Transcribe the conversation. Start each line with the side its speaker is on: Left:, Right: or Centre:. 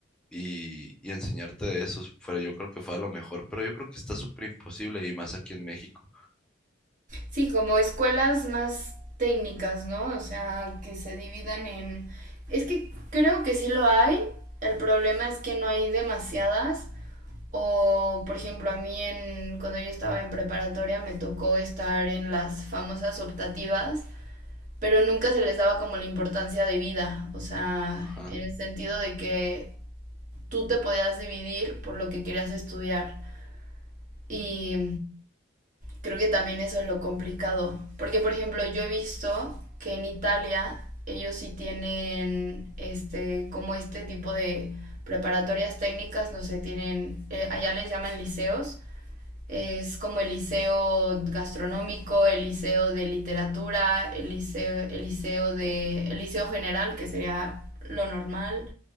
Centre: y, y enseñarte de eso, fue- yo creo que fue a lo mejor, pero yo creo que está súper imposible y más aquí en México.
Right: Sí, como escuelas más técnicas, ¿no? O sea, que se dividan en... Es que creo que sí lo hay. El problema es que no hay demasiadas. O, por ejemplo, a mí en, cuando yo estaba en preparatoria me tocó estar en las famosas optativas, pero nunca se les daba como la importancia de vida. O sea,
Centre: Ajá,
Right: en el sentido de que tú te podías dividir por lo que querías estudiar. Y creo que también eso es lo complicado. Porque, por ejemplo, yo he visto que en Italia ellos sí tienen este, como este tipo de preparatorias técnicas, no sé, tienen, eh, allá les llaman liceos. Es como el liceo gastronómico, el liceo de literatura, el liceo, el liceo de, el liceo general, que sería lo normal